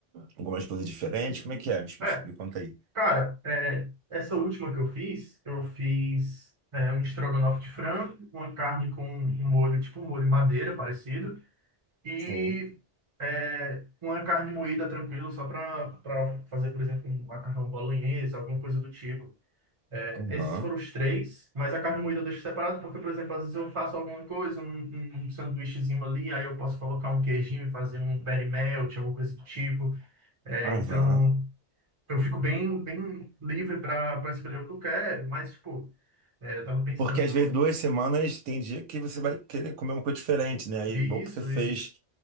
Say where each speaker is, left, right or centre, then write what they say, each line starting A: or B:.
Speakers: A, on the right; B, on the right.
A: algumas coisas diferentes, como é que é? Me, explica,
B: é,
A: conta aí.
B: cara, é, essa última que eu fiz, eu fiz é, um estrogonofe de frango, uma carne com um
A: Uhum.
B: molho, tipo um molho madeira parecido, e
A: Sim.
B: é, uma carne moída tranquilo, só para para fazer, por exemplo, um macarrão bolonhesa, alguma coisa do tipo. É,
A: Aham,
B: esses foram os três, mas a carne moída eu deixo separado porque, por exemplo, às vezes eu faço alguma coisa, um, um, um sanduíchezinho ali, aí eu posso colocar um queijinho e fazer um berry melt, alguma coisa do tipo. É,
A: aham.
B: então, eu fico bem, bem livre para para escolher o que eu quero, mas, tipo, é, eu tava pensando
A: Porque às vezes duas semanas tem dia que você vai querer comer uma coisa diferente, né? Aí
B: isso,
A: bom que você fez
B: isso,